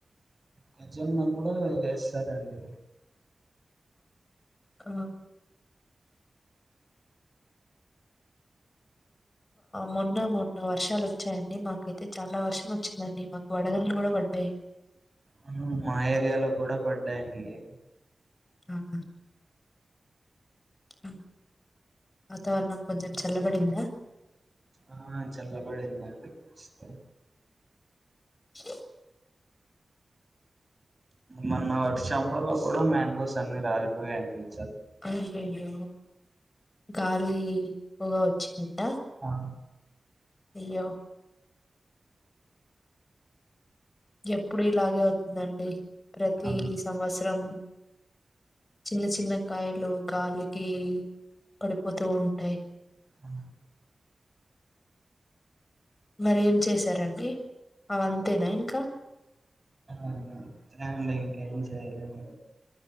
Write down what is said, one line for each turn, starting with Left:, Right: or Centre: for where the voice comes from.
Right: మొక్కజొన్న కూడా వేస్తారంండి
Left: ఆ మొన్న మొన్న వర్షాలు వచ్చాయండి మాకైతే చాలా వర్షం వచ్చిందండి మాకు వడగల్లు కూడా పడ్డాయి
Right: ఆ మా ఏరియాలో కూడా పడ్డాయండి
Left: ఆహా ఆ వాతావరణం కొంచెం చల్లబడిందా
Right: ఆ చల్లబడిందండి ప్రస్తుతం
Left: అ
Right: మొన్న వర్షం వాళ్ళ కూడా మ్యాంగోస్ అన్ని రాలిపోయయండి
Left: అయ్యయ్యో గాలి బ గా వచ్చింద
Right: ఆ
Left: అయ్యో ఎప్పుడు ఇలాగే అవుతుందండి ప్రతి
Right: ఆ
Left: సంవత్సరం చిన్న చిన్న కాయలు గాలికి అక్కడి పోతూ ఉంటాయి
Right: ఆ
Left: మరి ఏం చేశారండి అవంతేనా ఇంకా
Right: అంతే అండి ఇంకా ఎం చేయలేము